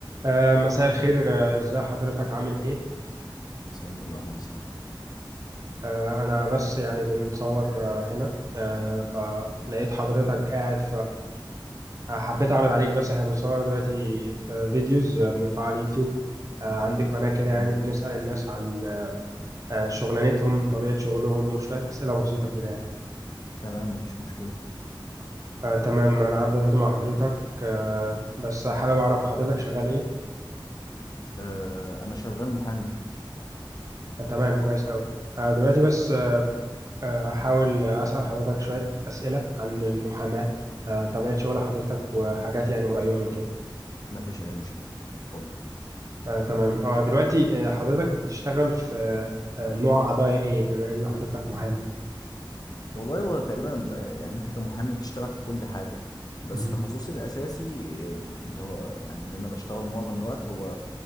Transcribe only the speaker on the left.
مساء النور اهلا وسهلا
تمام
تمام مفيش مشكلة
آه أنا شغال محامي
مفيش اي مشكله اتفضل
والله هو تقريبا ب- يعني أنت كمحامي بتشتغل في كل حاجة بس
تخصصي الأساسي آه، اللي هو يعني اللي أنا بشتغله معظم الوقت هو